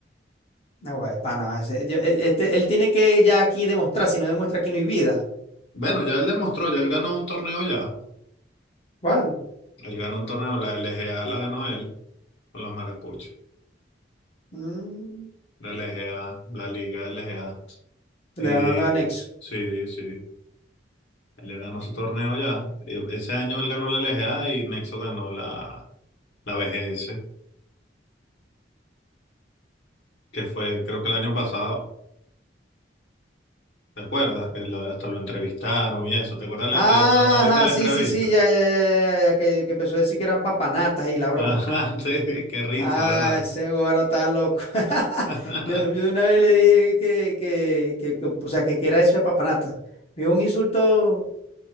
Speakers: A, on the left; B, on the left.
A: No, güey, pana. ese- yo- e- este- él tiene que ya aquí demostrar, si no demuestra aquí no hay vida.
B: Bueno, ya él demostró, ya él ganó un torneo ya.
A: ¿Cuál?
B: Él ganó un torneo, la LGA la ganó él con los maracuchos.
A: Mm,
B: La LGA, la Liga LGA.
A: se
B: Y
A: le ganó el anexo.
B: sí, sí. Él ya ganó su torneo ya. E- Ese año él ganó la LGA y Nexo ganó la, la BGS. que fue creo que el año pasado, ¿te acuerdas? Que lo- hasta lo entrevistaron y eso, ¿te acuerdas la
A: Ajá,
B: entrevista? ¿No, no viste la
A: sí,
B: entrevista?
A: sí, sí, ya, ya, ya, ya, ya, ya, que, que empezó a decir que eran papanatas y la broma.
B: Ajá, <laughs> sí, qué risa,
A: Ah,
B: ¿verdad?
A: ese guaro está loco. <laughs>
B: <laughs>
A: Yo, yo de una vez le dije que, que, que, que, o sea, que, que era eso de papanata. Me dijo un insulto